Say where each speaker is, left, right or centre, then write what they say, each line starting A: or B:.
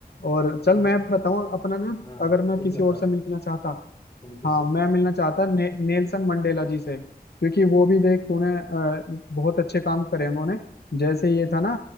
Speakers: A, on the left; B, on the left.
A: और चल
B: और
A: मैं बताऊं अपना ना
B: हाँ
A: अगर मैं
B: तुम
A: किसी
B: बताओ
A: और से मिलना चाहता
B: तुम किससे
A: हाँ मैं
B: मिलते
A: मिलना चाहता ने, नेल्सन मंडेला जी से क्योंकि वो भी देख तूने अ, बहुत अच्छे काम करे उन्होंने जैसे ये था ना